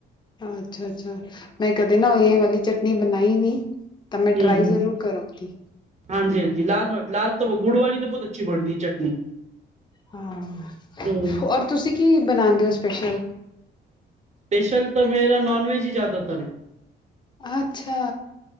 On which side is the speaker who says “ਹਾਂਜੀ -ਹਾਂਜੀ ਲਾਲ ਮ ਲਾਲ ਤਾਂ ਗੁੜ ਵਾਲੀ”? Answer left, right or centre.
Right